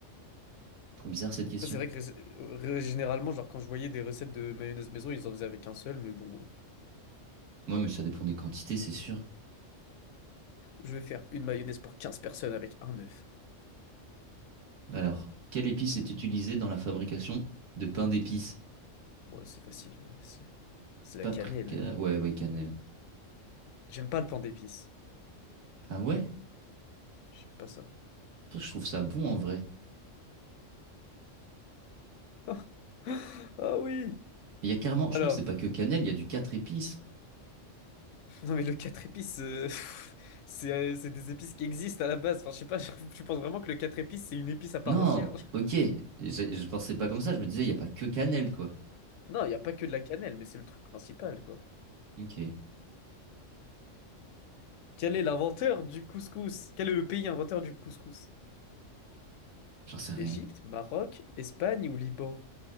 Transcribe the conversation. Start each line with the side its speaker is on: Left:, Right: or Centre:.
Right: Trop bizarre cette question.
Left: après c'est vrai que ré- ré- généralement genre quand je voyais des recettes de mayonnaise maison ils en faisaient avec un seul mais bon euh,
Right: Moi, mais ça dépend des quantités, c'est sûr.
Left: je vais faire une mayonnaise pour quinze personnes avec un œuf
Right: Alors, quelle épice est utilisée dans la fabrication de pain d'épices?
Left: ouais c'est facile euh, c'est c'est la
Right: Paprika.
Left: cannelle euh.
Right: Ouais, ouais, cannelle.
Left: j'aime pas le pain d'épices
Right: Ah ouais?
Left: j'aime pas ça
Right: Putain, Je trouve ça bon en vrai.
Left: <laughs> ah oui
Right: Il y a carrément,
Left: alors
Right: je crois que c'est pas que cannelle, il y a du quatre épices.
Left: non mais le 4 épices euh, <laughs> pff, c'est euh, c'est des épices qui existent à la base enfin je sais pas <laughs> je je pense vraiment que le 4 épices c'est une épice à part
Right: Non,
Left: entière
Right: ok. Je, je pensais pas comme ça, je me disais, il y a pas que cannelle, quoi.
Left: Non, il n'y a pas que de la cannelle, mais c'est le truc principal, quoi.
Right: Ok.
Left: Quel est l'inventeur du couscous? Quel est le pays inventeur du couscous?
Right: J'en sais rien.
Left: Égypte, Maroc, Espagne ou Liban?